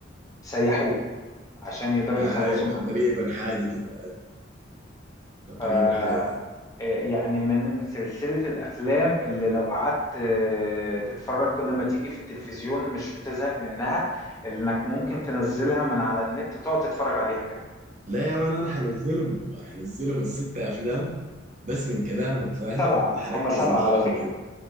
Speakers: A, on the left; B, on the right.
A: سيحوه عشان يقدروا
B: هاي
A: يتخلصوا
B: تقريبا
A: منه
B: حاجة كده تقريبا
A: ف
B: حاجة كده
A: آه، يعني من سلسلة الأفلام اللي لو قعدت آه، تتفرج كل ما تيجي في التلفزيون مش بتزهق منها اللي إنك ممكن تنزلها من على النت وتقعد تتفرج عليها كمان
B: لا يا مان انا هنزلهم والله هنزلهم الستة افلام بس من كلامك فاهم
A: سبعة
B: وهركز
A: هما سبعة
B: معاهم
A: على فكرة
B: كده